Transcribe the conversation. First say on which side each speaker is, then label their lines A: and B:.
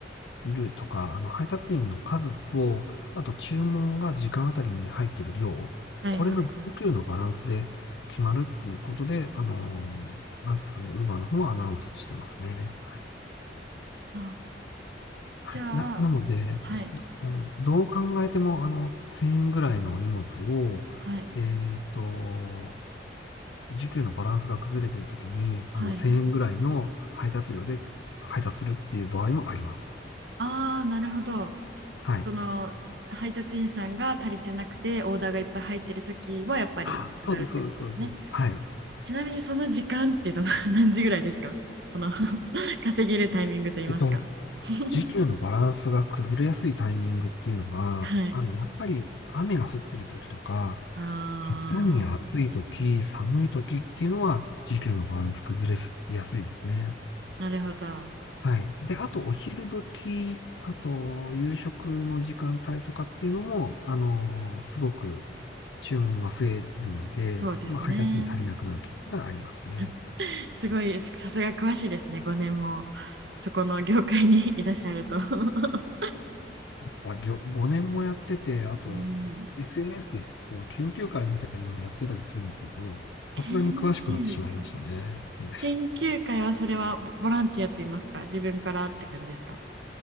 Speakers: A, on the left (about 85°); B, on the right (about 75°).
A: いるとか、あの、配達員の数と、あと注文が時間あたりに入っている量、
B: はいはいはい。
A: これの需給のバランスで決まるっていうことで、あのなんですかね、ウーバーの方はアナウンスしてますね。はい。
B: あ、
A: はい。
B: じゃあ、
A: な、なので、
B: はい、
A: あの、どう考えても、あの、1000円ぐらいの荷物を、
B: はい、
A: えっと、需給のバランスが崩れているときに、
B: はい。
A: あの、1000円ぐらいの配達料で配達するっていう場合もあります。
B: ああ、なるほど。
A: はい。
B: その、配達員さんが足りてなくて、オーダーがいっぱい入ってるときは、やっぱり上がるってことですね。
A: あ、そうです、そうです、そうです。そうですはい。
B: ちなみに、その時間ってどの、<laughs> 何時ぐらいですかその <laughs> 稼げるタイミングといいますか。
A: えっと、
B: <laughs>
A: 時給のバランスが崩れやすいタイミングっていうのが、
B: はい。
A: あの、やっぱり雨が降ってる時とか、
B: あ
A: 極端に暑い時、寒い時っていうのは、時給のバランス崩れやすいですね。
B: ー、なるほど。
A: はい。で、あと、お昼時、あと、夕食の時間帯とかっていうのも、あの、すごく注文が増えるので、
B: そうですね。
A: まあ、配達に足りなくなる傾向がありますね。
B: <laughs> すごい、さすが詳しいですね。5年もそこの業界に <laughs> いらっしゃると。<laughs>
A: あ、りょ5年もやってて、あと
B: うん、
A: SNS でこう研究会みたいなのやってたりするんですけど、さすがに詳しくなってしまいましたね。
B: 研究会。
A: <laughs> はい
B: 研究会はそれはボ、ボランティアと言いますか、自分からって感じですか。